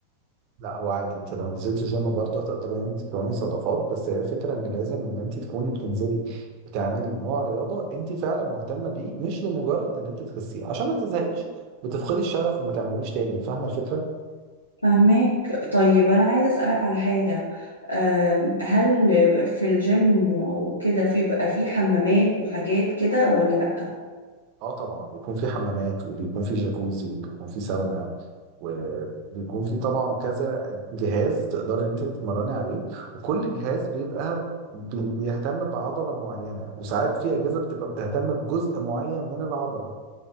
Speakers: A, on the right (about 45°); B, on the left (about 80°).
A: لا هو عادي انت لو نزلت الجيم برضه هتقدري ان انت تكوني صداقات بس هي الفكره ان لازم ان انت تكوني بتنزلي بتعملي نوع رياضه انت فعلا مهتمه بيه مش لمجرد ان انت تخسيه عشان ما تزهقيش وتفقدي الشغف وما تعملوش تاني فاهمه الفكره؟
B: فهماك طيب انا عايزة اسألك على حاجة آم، هل في الجيم وكده في بقى في حمامات وحاجات كده ولا لا
A: اه طبعا بيكون في حمامات وبيكون في جاكوزي وبيكون في ساونا وبيكون في طبعا كذا جهاز تقدري ان انت تتمرني عليه وكل جهاز بيبقى بي- بيهتم بعضلة معينة وساعات في أجهزة بتبقى بتهتم بجزء معين من العضلة